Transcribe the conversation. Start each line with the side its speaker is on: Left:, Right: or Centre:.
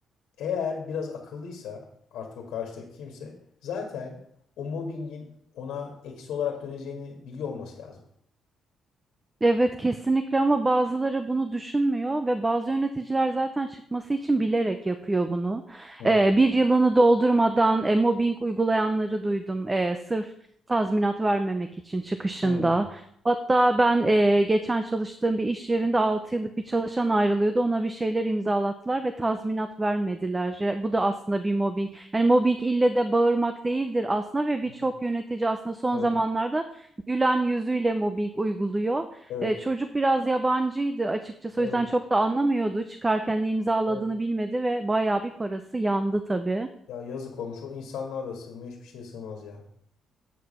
Left: eğer biraz akıllıysa artık o karşıdaki kimse zaten o mobbingin ona eksi olarak döneceğini biliyor olması lazım.
Right: Evet kesinlikle ama bazıları bunu düşünmüyor ve bazı yöneticiler zaten çıkması için bilerek yapıyor bunu.
Left: Hı,
Right: Ee, bir yılını doldurmadan e, mobbing uygulayanları duydum e, sırf tazminat vermemek için çıkışında.
Left: hı.
Right: Hatta ben e, geçen çalıştığım bir iş yerinde 6 yıllık bir çalışan ayrılıyordu. Ona bir şeyler imzalattılar ve tazminat vermediler. E, Bu da aslında bir mobbing. Yani mobbing ille de bağırmak değildir aslında ve birçok
Left: Evet,
Right: yönetici aslında son
Left: evet,
Right: zamanlarda gülen yüzüyle mobbing uyguluyor.
Left: evet,
Right: E, çocuk biraz yabancıydı açıkçası
Left: evet.
Right: o yüzden çok da anlamıyordu. Çıkarken ne imzaladığını
Left: evet.
Right: bilmedi ve bayağı bir parası yandı tabii.
Left: Ya yazık olmuş. O insanlığa da sığmıyor. Hiçbir şeye sığmaz ya.